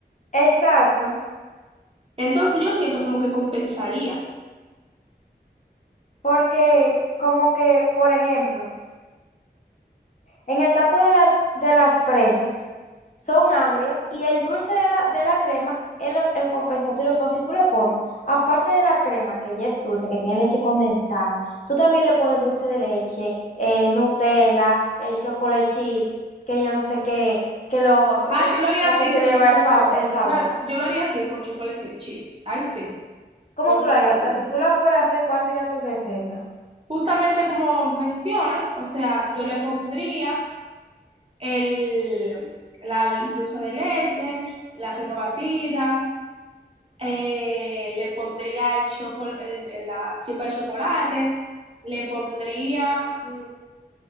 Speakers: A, on the left (about 45°); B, on the right (about 35°).
A: Exacto,
B: Entonces yo siento como que compensaría.
A: porque como que, por ejemplo, en el caso de las, de las fresas, son agrios y el dulce de la, de la crema es lo- el compensatorio, pero si tú le pones, aparte de la crema, que ya es dulce, que tiene leche condensada, tú también le pones dulce de leche, eh, Nutella, eh, chocolate chips, que yo no sé qué, que lo otro.
B: Ay,
A: Yo siento
B: yo lo haría
A: como
B: así
A: que se
B: con
A: le
B: chocolate
A: va el, fa-
B: chips.
A: el sabor.
B: Claro, yo lo haría así con chocolate cri- chips. Ay, sí,
A: ¿Cómo
B: me gustaría.
A: tú lo harías? O sea, si tú la fueras a hacer, ¿cuál sería tu receta?
B: Justamente como mencionas, o sea, yo le pondría el, la dulce de leche, la crema batida, eh, le pondría el chocolate, el- la chispa de chocolate, le pondría, mm,